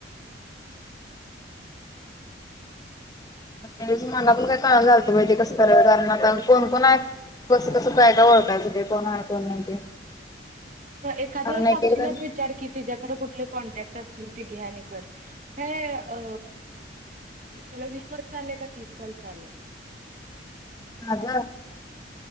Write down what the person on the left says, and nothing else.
अच अ मनातून काय कळ चालतं पाहिजे कसं कराय कारण कोण कोण आहे कसं कसं फायदा ओळखायच ते कोण आहे कोण नाही ते
कारण
एक
एक जण
आज